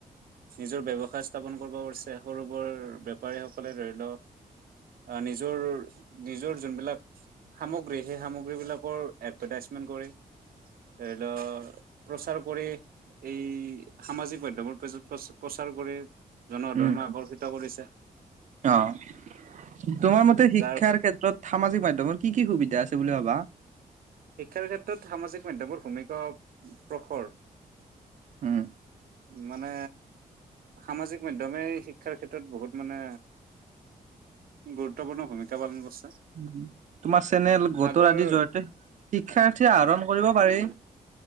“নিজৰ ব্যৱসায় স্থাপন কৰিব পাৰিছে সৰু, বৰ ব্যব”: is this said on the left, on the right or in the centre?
Right